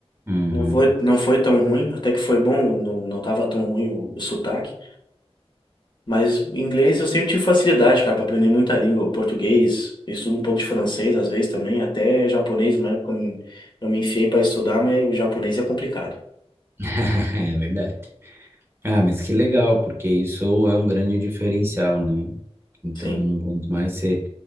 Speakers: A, on the right; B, on the left.
A: Uhum.
B: Não foi, não foi tão ruim, até que foi bom, não, não tava tão ruim o, o sotaque. Mas inglês eu sempre tive facilidade, cara, pra aprender muita língua. O Português, eu estudo um pouco de francês às vezes também, até japonês, uma época eu me, eu me enfiei pra estudar, mas o japonês é complicado.
A: <laughs> É verdade. Ah, mas que legal, porque isso é um grande diferencial, né? Então,
B: Sim,
A: quanto mais você